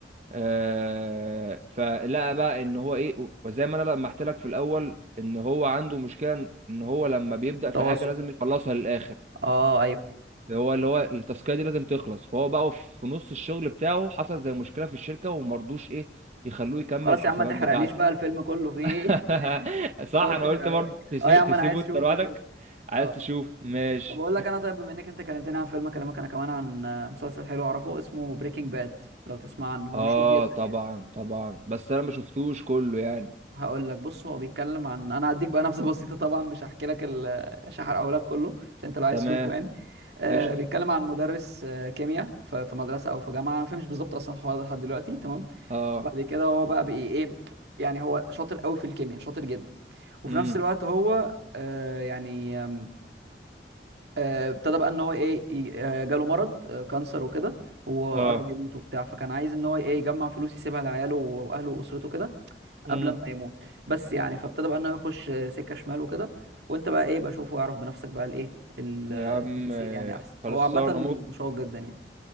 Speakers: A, on the right (about 40°); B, on the right (about 75°).
A: آه، فلقى بقى ان هو ايه وزي ما انا لما قلت لك في الاول ان هو عنده مشكله ان هو لما بيبدا في
B: تواصل
A: حاجه لازم يخلصها للاخر
B: اه آه، ايوه
A: هو اللي هو التاسكيه دي لازم تخلص فهو بقى في نص الشغل بتاعه حصل زي مشكله في الشركه ومرضوش ايه يخلوه يكمل
B: خلاص
A: الحسابات
B: يا عم ما تحرقليش
A: بتاعته
B: بقى الفيلم كله في ايه
A: <laughs>
B: <laughs>
A: صح
B: اه
A: انا
B: تحرقه
A: قلت برضه
B: لي
A: تسيبه
B: اه يا عم
A: تسيبه
B: انا عايز
A: انت
B: اشوفه
A: لوحدك
B: كده
A: عايز
B: اه
A: تشوف ماشي
B: طب اقول لك انا طيب بما انك انت كلمتني عن فيلم اكلمك انا كمان عن آه، مسلسل حلو اعرفه اسمه بريكنج باد لو تسمع عنه هو
A: اه
B: مشهور جدا
A: طبعا
B: يعني
A: طبعا بس انا ما شفتوش كله يعني
B: هقول لك بص هو بيتكلم عن انا هديك بقى نبذه <laughs> بسيطه طبعا مش هحكي لك ال... مش هحرقه لك كله عشان انت لو عايز
A: تمام
B: تشوفه يعني آه
A: قشطه
B: بيتكلم عن مدرس آه كيمياء في في مدرسه او في جامعه انا ما فهمش بالظبط اصلا الحوار ده لحد دلوقتي تمام
A: اه
B: وبعد كده هو بقى بي ايه يعني هو شاطر قوي في الكيمياء شاطر جدا وفي
A: امم
B: نفس الوقت هو آه يعني آم، آه ابتدى بقى ان هو ايه ي- آه، جاله مرض آه كانسر وكده وقرب
A: اه
B: يموت وبتاع فكان عايز ان هو ايه يجمع فلوس يسيبها لعياله واهله واسرته كده
A: مم.
B: قبل ما يموت بس يعني فابتدى بقى ان هو يخش آه، سكه شمال وكده وانت بقى ايه بقى شوف واعرف بنفسك بقى الايه ال-
A: يا عم
B: التفاصيل
A: آه،
B: يعني احسن
A: خلصانة
B: هو عامه
A: ممكن
B: مشوق جدا يعني